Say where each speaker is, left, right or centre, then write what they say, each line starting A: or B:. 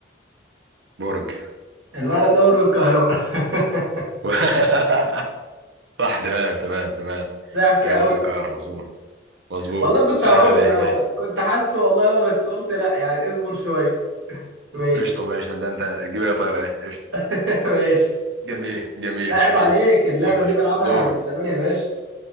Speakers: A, on the right; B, on the right.
A: برج
B: المعلم ده برج القاهرة <laughs>
A: <laughs> صح تمام تمام تمام
B: ضحك
A: آه،
B: قوي
A: برج القاهرة مظبوط مظبوط
B: والله كنت
A: سهلة
B: هقوله من
A: دي
B: الأول
A: ماشي
B: كنت حاسه والله هو بس قلت لا يعني اصبر شوية ماشي
A: قشطة ماشي ده انت تجيب ايه يا طايرة ايه قشطة
B: <laughs> ماشي
A: جميل جميل
B: لا عيب
A: جميل
B: عليك اللعبة
A: طب ماشي
B: دي بلعبها
A: دورك
B: من زمان يا باشا